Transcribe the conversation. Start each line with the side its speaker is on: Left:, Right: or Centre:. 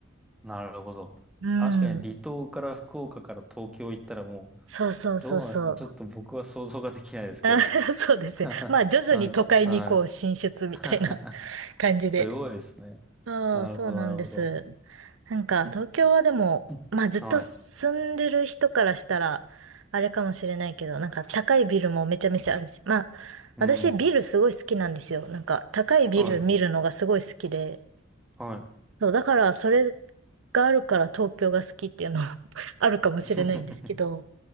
Centre: なるほど。
Right: うん。
Centre: 確かに離島から福岡から東京行ったらもう、
Right: そうそうそうそう。
Centre: どうなんですかね。ちょっと僕は想像ができないですけれども。
Right: あ <laughs> そうですよ。
Centre: <laughs>
Right: まあ徐々に都会にこう進出みたいな
Centre: なんか、はい。<laughs>
Right: <laughs> 感じで。
Centre: すごいですね。
Right: そう、
Centre: なるほど、
Right: そうなんです。
Centre: なるほど。
Right: なんか東京はでも、
Centre: うんはい。
Right: まあずっと住んでる人からしたら、あれかもしれないけど、なんか高いビルもめちゃめちゃあるし、まあ
Centre: うん。
Right: 私ビルすごい好きなんですよ。なんか高いビル見るのがすごい好きで。
Centre: はい、はい。はい
Right: そう、だからそれがあるから東京が好きっていうのは <laughs> あるかもしれないんですけど、
Centre: <laughs>